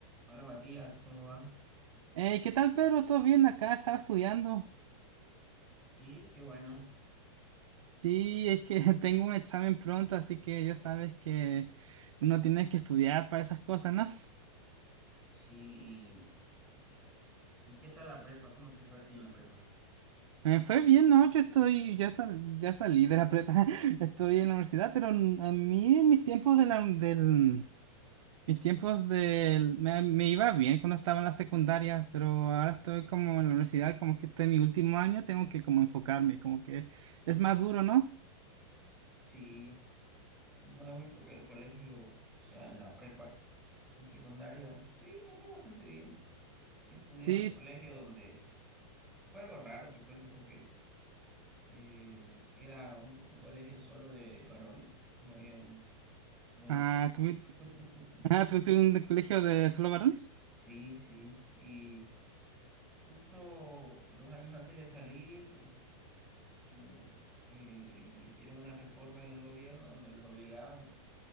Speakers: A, in the centre; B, on the right (about 65°).
A: Hola Matías, ¿cómo va?
B: Hey, ¿qué tal, Pedro? ¿Todo bien? Acá estaba estudiando.
A: Sí, qué bueno.
B: Sí, es que <laughs> tengo un examen pronto, así que ya sabes que uno tiene que estudiar para esas cosas, ¿no?
A: Sí, ¿y qué tal la prepa? ¿Cómo te fue a ti en la prepa?
B: Me fue bien, ¿no? Yo estoy, ya, sal- ya salí de la prepa, <laughs> estoy en la universidad, pero n- a mí en mis tiempos de la, del, mis tiempos del, me, me iba bien cuando estaba en la secundaria, pero ahora estoy como en la universidad, como que estoy en mi último año, tengo que como enfocarme, como que es más duro, ¿no?
A: Sí, no, en mi época de colegio, o sea, en la prepa, en secundaria, sí, me fue bastante bien. Yo estudié
B: Sí.
A: en un colegio donde fue algo raro, te cuento, porque eh, era un, un colegio solo de varones, no habían, no habían
B: Ah,
A: chicas.
B: ¿tú,
A: <laughs>
B: Ah, ¿tú estuviste en un colegio de solo varones?
A: Sí, sí, y justo dos años antes de salir. u- eh, hicieron una reforma en el gobierno donde los obligaban,